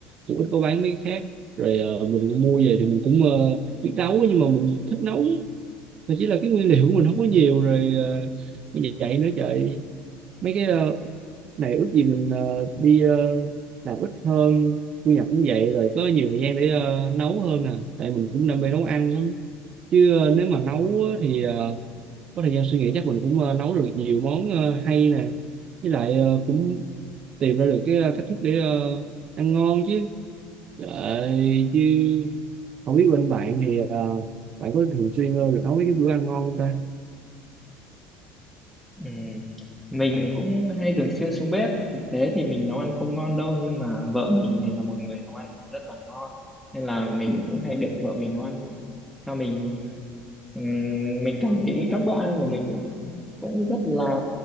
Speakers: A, on the right; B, in the centre.
A: cũng ít có bán mấy cái khác rồi ờ, mình mua về thì mình cũng ờ, biết nấu nhưng mà mình thích nấu thì chỉ là cái nguyên liệu của mình không có nhiều rồi ờ, như vậy nữa trời mấy cái ờ, này ước gì mình ờ, đi ờ, làm ít hơn thu nhập cũng vậy rồi có nhiều thời gian để ờ, nấu hơn nè tại mình cũng đam mê nấu ăn lắm chứ ờ, nếu mà nấu
B: Ờ.
A: á thì ờ, có thời gian suy nghĩ chắc mình cũng ờ, nấu được nhiều món ờ, hay nè với lại ờ, cũng tìm ra được cái ờ, cách thức để ờ, ăn ngon chứ Trời, chứ không biết bên bạn thì ờ, bạn có thường xuyên ờ, được nấu mấy cái bữa ăn ngon không ta
B: Ừ. Mình cũng hay thường xuyên xuống bếp thực tế thì mình nấu ăn không ngon đâu nhưng mà vợ mình thì là một người nấu ăn rất là ngon nên là mình cũng hay được vợ mình nấu ăn cho mình Ừm, mình cảm thấy các bữa ăn của mình cũng rất là